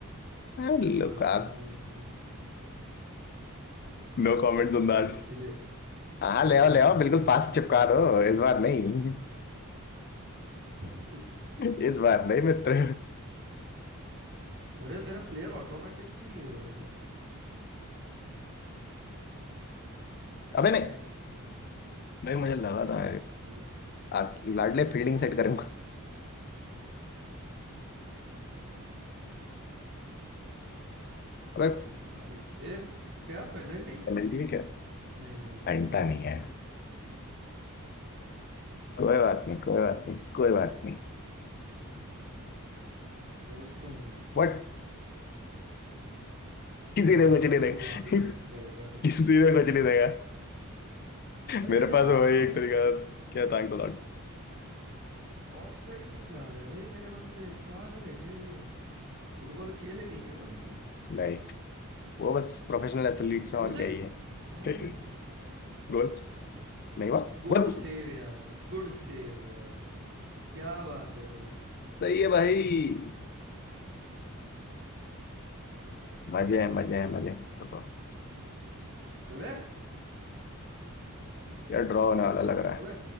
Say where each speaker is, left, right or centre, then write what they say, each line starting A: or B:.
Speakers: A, on the left; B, on the right.
A: <laughs> लोग
B: पागल
A: आप
B: आदमी है
A: No comments on that
B: इसीलिए
A: हाँ
B: इसीलिए
A: ले आओ ले आओ
B: यूनाइटेड
A: बिल्कुल पास
B: से हकल
A: चिपका
B: दिया
A: दो इस बार नहीं
B: <laughs>
A: <laughs> इस बार नहीं मित्र
B: अरे मेरा प्लेयर ऑटोमेटिक क्यों ये हो रहा है भाई
A: अबे
B: अरे
A: नहीं
B: थैंक्स
A: भाई मुझे लगा था
B: वेल
A: आप लाडले फील्डिंग सेट करेंगे अबे
B: नहीं मालिक ए क्या पेनल्टी
A: पेनल्टी है क्या
B: नहीं नहीं नहीं
A: घंटा
B: नहीं,
A: नहीं
B: नहीं,
A: है कोई बात नहीं कोई बात नहीं कोई बात नहीं
B: नहीं, नहीं।
A: बट किसी
B: मेरे को
A: ने कुछ
B: पता
A: नहीं
B: था
A: देगा
B: तू वहां पे
A: <laughs>
B: ट्रिक करेगा
A: किसी ने कुछ नहीं देगा
B: अरे
A: मेरे
B: यार
A: पास वही
B: ऑफ
A: एक तरीका
B: साइड
A: था। क्या थैंक गॉड
B: ऑफ साइड क्यों जा रहे हैं भाई मेरे बंदे पागल है क्या ये लोग फुटबॉल खेले नहीं क्या कभी
A: नहीं वो बस प्रोफेशनल एथलीट्स हैं
B: ये
A: और क्या
B: देख
A: ही है
B: भाई
A: <laughs> गोल नहीं हुआ
B: गुड
A: बस
B: सेव यार गुड सेव यार क्या बात है भाई
A: सही है भाई मजे हैं मजे हैं मजे हैं। रुको
B: अरे हाँ,
A: यार ड्रॉ होने वाला लग रहा है
B: अबे